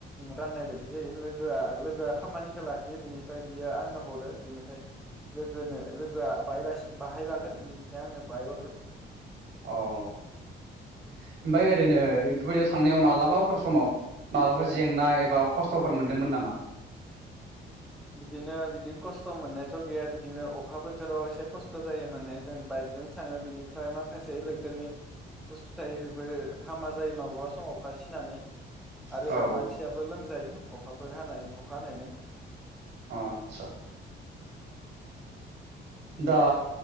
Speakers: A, in the centre; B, on the right (about 70°).
A: राननाय बायदि जायो लोगोआ लोगोआ खामानिखौ लाखियो बिनिफ्राय बियो आंनो हरो बिनिफ्राय लोगोनो लोगोआ बायलासि बाहाय लागोन बिनिफ्राय आंनो बायो हरगोन
B: औ ओमफ्राय ओरैनो बेफोरबायदियाव थांनायाव मालाबाफोर समाव माबाफोर
A: उम
B: जेंना एबा खस्थ' थफोर मोनदोंमोन नामा?
A: बिदिनो बिदि खस्थ' मोननायथ' गैया बिदिनो अखा बोथोराव एसे खस्थ' जायो माने जों बाइकजों थाङो बिनिफ्राय माखासे इलेक्ट्रनिक बुस्थु थायो बेफोर हामा जायो माब्लाबा समाव अखा सिनानै आरो
B: औ
A: मानसियाबो लोमज जायो अखाफोर हानाय अखा हानायजों
B: अ आतसा दा